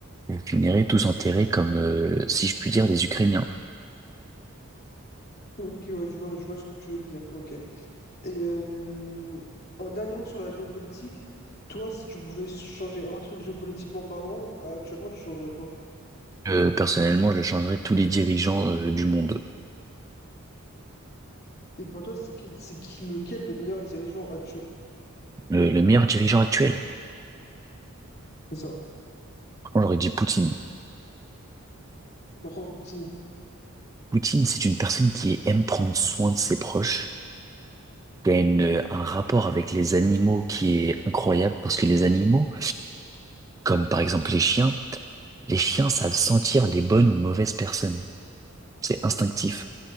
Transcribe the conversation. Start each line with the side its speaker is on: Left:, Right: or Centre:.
Right: Vous finirez tous enterrés comme, euh, si je puis dire, les Ukrainiens.
Left: Ok, ouais, je vois, je vois ce que tu veux dire. Ok. Et euh, un dernier mot sur la géopolitique. Toi, si tu pouvais changer un truc géopolitiquement parlant, euh, actuellement, tu changerais quoi?
Right: Euh, personnellement, je changerais tous les dirigeants euh, du monde.
Left: Et pour toi, c'est qui, c'est qui- lequel le meilleur dirigeant actuel?
Right: Euh, le meilleur dirigeant actuel,
Left: C'est ça.
Right: on j'aurais dit Poutine.
Left: Pourquoi Poutine?
Right: Poutine, c'est une personne qui aime prendre soin de ses proches, qui a une, euh, un rapport avec les animaux qui est incroyable, parce que les animaux, comme par exemple les chiens, les chiens savent sentir les bonnes ou mauvaises personnes. C'est instinctif.